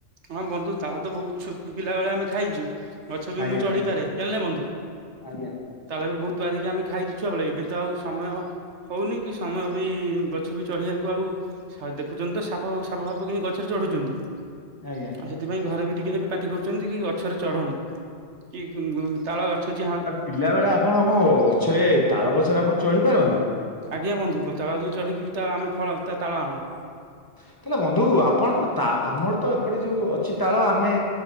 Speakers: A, on the right; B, on the left.
A: ହଁ ବନ୍ଧୁ ତାଳ ତ ବହୁତ ଛୋଟ ପିଲା ବେଳେ ଆମେ ଖାଇଚୁ। ଗଛ ବି
B: ଆଜ୍ଞା।
A: ମୁଁ ଚଢିପାରେ ଜଣିଲେ ବନ୍ଧୁ
B: ଆଜ୍ଞା
A: ତାଳବି ବହୁତ ପାରିକି ଆମେ ଖାଇଛୁ ଛୁଆବେଳେ ଏବେ ତ ଆଉ ସମୟ ହଉନି କି ସମୟ ବି ଗଛ ବି ଚଢ଼ିବାକୁ ଆଉ ଦେଖୁଚନ୍ତି ତ ସାପ ସାପଫାପ କେମିତି ଗଛରେ ଚଢୁଛନ୍ତି
B: ଆଜ୍ଞା
A: ଆଉ ସେଥିପାଇଁ ଘରେ ବି ଟିକେ ଏବେ ପାଟି କରୁଚନ୍ତି କି ଗଛରେ ଚଢନି କି ତାଳ ଗଛ ଯିଏ ହାଣୁଛି
B: ପିଲାବେଳେ ଆପଣ କଣ ଗଛରେ ତାଳ ଗଛରେ ଆପଣ ଚଢ଼ିପାରନ୍ତି?
A: ଆଜ୍ଞା ବନ୍ଧୁ ତାଳ ଗଛ ଚଢ଼ିକି ତ ଆମେ ଫଳ ତାଳ ଆଣୁ
B: ତାହେଲେ ବନ୍ଧୁ ଆପଣ ତା ଆମର ତ ଏପଟେ ଯେଉଁ ଅଛି ତାଳ ଆମେ